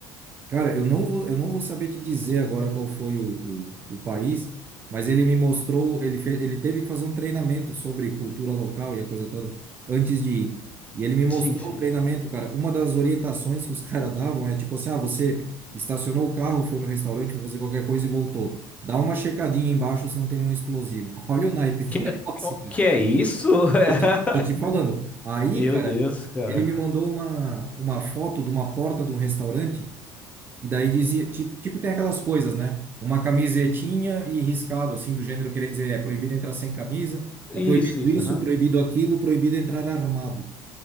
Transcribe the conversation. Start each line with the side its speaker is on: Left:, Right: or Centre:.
Right: Cara, eu não vou, eu não vou saber te dizer agora qual foi o, o, o país, mas ele me mostrou, ele fez, ele teve que fazer um treinamento sobre cultura local e a coisa toda antes de ir. E ele me mostrou
Left: Sim, sim.
Right: o treinamento, cara. Uma das orientações que os <laughs> caras davam é tipo assim: ah, você estacionou o carro, foi no restaurante, foi fazer qualquer coisa e voltou. Dá uma checadinha embaixo se não tem nenhum explosivo. <laughs> Olha o naipe do
Left: Que,
Right: <laughs> negócio, cara.
Left: que é isso? <laughs>
Right: Tô te, tô te falando. Aí,
Left: Meu
Right: cara,
Left: Deus, cara.
Right: ele me mandou uma, uma foto de uma porta de um restaurante. E daí dizia, tipo, tipo, tem aquelas coisas, né? Uma camisetinha e riscado, assim, do gênero querendo dizer, é proibido entrar sem camisa, é
Left: Isso,
Right: proibido
Left: isso,
Right: isso,
Left: aham.
Right: proibido aquilo, proibido entrar armado.